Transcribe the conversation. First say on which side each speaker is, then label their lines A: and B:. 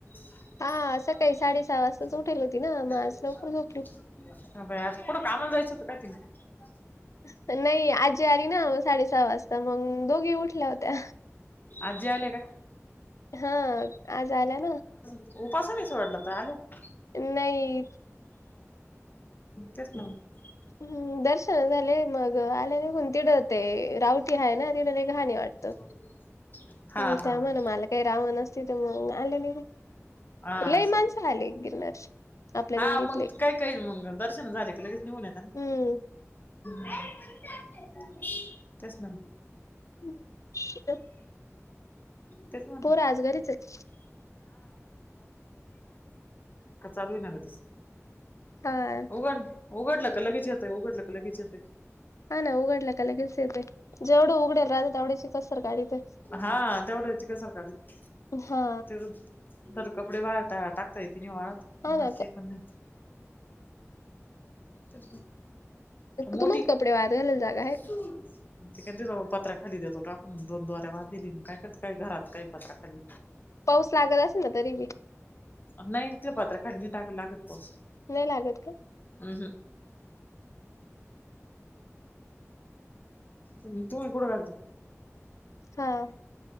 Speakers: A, on the left; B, on the left.
A: <unintelligible>
B: हा सकाळी साडेसहा वाजताच उठेल होती ना मग आज लवकर झोपली.
A: आज कुट कामाला जायचं होतं काय तिला. <inaudible>
B: नाही आजी आली ना मग साडे. सहा वाजता मग दोघी उठल्या होत्या.
A: आजी आल्या काय
B: हा आज आला ना.
A: उपास नाही सोडलं तर आल्या.
B: नाही.
A: तेच ना मग.
B: हम् दर्शन झाले मग आले निघून तिथं ते रावटी आहे ना तिथले घाण वाटतं.
A: <unintelligible> हा
B: ह
A: हा
B: त्या म्हणा
A: हा
B: मला काही रावं ना तिथे तर मग आले मी.
A: हा
B: लई
A: असं
B: माणस आले गिरनार आपल्या
A: हा
B: दिंडीतले.
A: मग काही काही मग दर्शन झाले का लगेच निघून येता ना.
B: हम्म
A: ह् <unintelligible> तेच ना
B: <inaudible> ह्
A: तेच म्हटलं.
B: आज घरीच आहेत.
A: <unintelligible>
B: हा
A: उघड उघडलं का लगेच येतय उघडलं का लगेच येतं.
B: हा ना उघडलं का लगेच येतय, जेवढं उघड राहते तेवढ्याची कसर काडी ते.
A: हा तेवढ्याची कस सर काढीत,
B: हा
A: तिज, तर कपडे बाहेर टाकता येते नी वाळत.
B: हा ना
A: न सी मन, तेच ना. मोठी,
B: तुम्हाला कपडे वाळत घालायला जागा आहे
A: सून.
B: का?
A: तीकनजी जवळ पत्रा खाली देतो टाकून दोन दोऱ्या बांधीलीन काय करते काय घरात काय पत्रा खाली?
B: पाऊस लागत असना तरी बी?
A: नाही ते पात्र खाली टाकला लागत पाऊस.
B: नाही लागत का?
A: हम्म हम. आणि तु हि बुट घाल जा.
B: हां.